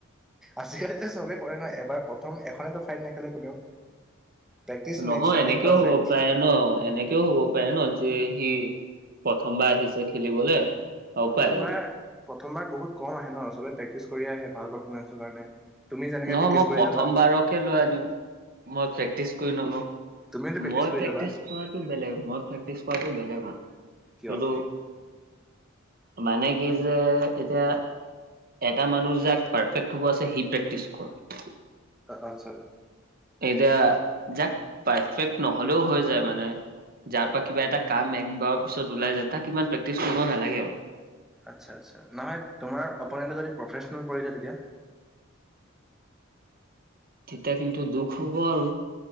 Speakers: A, in the centre; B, on the right.
A: আজিকালিটো চবেই- কয় ন এবাৰ প্ৰথম এখনেটো ফাইট নেখেলে কোনেও। প্ৰেক্টিচ
B: নহয়
A: মেক্স এ মেন
B: এনেকেও
A: পাৰফেক্ট
B: হ'ব প্ৰায়। ন এনেকেও হ'ব পাৰে ন যে সি প্ৰথম বাৰ আহিছে খেলিবলে। আৰু
A: প্ৰথমবাৰ
B: পাই গ'লে
A: প্ৰথমবাৰ বহুত কম আহে ন, সবে প্ৰেক্টিচ কৰিয়ে আহে ভাল পাৰফমেঞ্চৰ কাৰণে। তুমি যেনেকে
B: নহয়
A: প্ৰেক্টিচ
B: মই
A: কৰি
B: প্ৰথম
A: যাবা
B: বাৰকে লৈ আনিম। মই প্ৰেক্টিচ কৰি নলও,
A: তুমিওতো
B: মই
A: কৰি
B: প্ৰেক্টিচ
A: যাবা
B: কৰা- টো বেলেগ মই প্ৰেক্টিছ কৰাটো বেলেগ হয় সেইটো-
A: কিয়
B: মানে কি যে এতিয়া- এটা মানুহ যাক পাৰ্ফেক্ট হ'ব আছে সি প্ৰেক্টিছ কৰে।
A: আচ্ছা।
B: এতিয়া যাক পাৰফেক্ট নহ'লেও হৈ- মানে যাৰ পৰা কিবা এটা কাম একবাৰৰ পিছত ওলাই যায় তাক ইমান প্ৰেক্টিচ কৰিব নালাগে আৰু।
A: আচ্ছা আচ্ছা নহয়, তোমাৰ অপনেণ্টেটো যদি প্ৰফেচনেল পৰি যায় তেতিয়া।
B: তেতিয়া কিন্তু দুখ হ'ব আৰু।